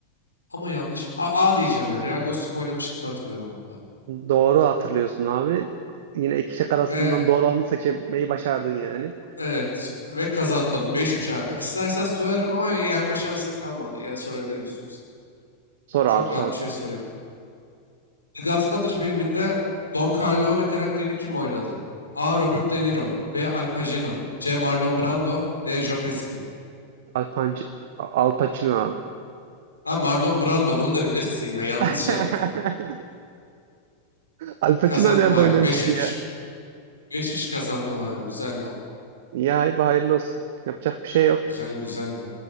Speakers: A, on the left; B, on the right.
A: Ama yanlış. A, A diyeceğim ya. Ryan Gosling oynamış gibi hatırlıyorum bunda.
B: Doğru hatırlıyorsun abi. Yine iki şık arasından
A: Ve
B: doğru olanı seçmeyi başardın yani.
A: Evet ve kazandım. beş üç abi. E, İstersen sorarım ama yenme şansın kalmadı. Yani sorabilirim istiyorsan.
B: Sor
A: Çok
B: abi
A: rahat
B: sor.
A: bir şey sorayım. The Godfather filminde Don Corleone karakterini kim oynadı? A. Robert De Niro B. Al Pacino C. Marlon Brando D. Joe Pesci
B: Al, Panc Al Pacino abi.
A: Ha Marlon Brando bunu da bilesin ya. Yanlış
B: <laughs>
A: yaptım.
B: Al Pacino
A: Kazandım
B: nerede
A: abi.
B: oynamıştı
A: beş üç
B: ya?
A: beş üç kazandım abi. Güzeldi ama.
B: Ya abi hayırlı olsun. Yapacak bir şey yok.
A: Güzeldi güzeldi.